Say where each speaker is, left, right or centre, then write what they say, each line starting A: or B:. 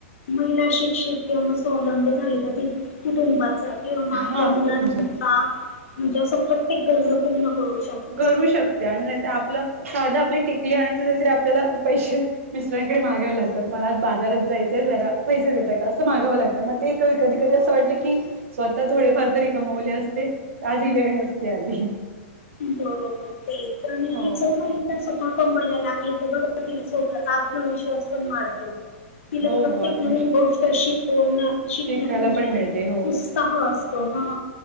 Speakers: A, on the left; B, on the right.
A: महिला शिक्षित किंवा स्वावलंबी झाली तर कुटुंबाचा किंवा
B: हा
A: आपल्या मुलांचा
B: तुमचं
A: म्हणजे असं प्रत ऐक गरज पूर्ण करू शकते.
B: करू शकते आणि नाही आपलं साध आपली टिकली आणायच असल तरी आपल्याला पैसे मिस्टरांकडे मागावं लागतात, मला आज बाजारात जायचे जरा पैसे देतात का? असं मागावं लागतं म ते कधी कधी असं वाटतं की? स्वतः थोडेफार तरी कमवले असते, त आज ही वेळ नसती आली.
A: बरोबर, तेच आणि
B: हो.
A: जर महिला स्वतः कमायला लागली तर तिला स्वतःचा आत्मविश्वास पण वाढतो, तिला
B: हो
A: प्रत्येक
B: हो आत
A: नवीन गोष्ट तशी, बोल ना शिकण्यात
B: शिकायला
A: म्हणजे
B: पण मिळते
A: उत्साह असतो. हा